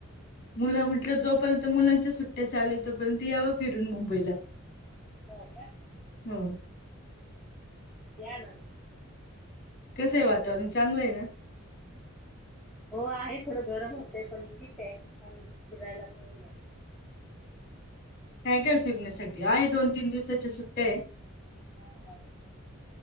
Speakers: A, on the left; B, in the centre.
A: मुलं म्हटलं जोपर्यंत मुलांच्या सुट्ट्या चालूएत तोपर्यंत याव फिरून मुंबईला
B: हो का?
A: हो.
B: या ना मग?
A: कसं आहे वातावरण? चांगलं आहे ना.
B: हो आहे थोडं गरम होतंय, पण ठीक हाये चांगल फिरायला चांगलय.
A: काय काय फिरण्यासाठी आहे? दोन तीन दिवसाच्या सुट्ट्या आहे.
B: हा हा.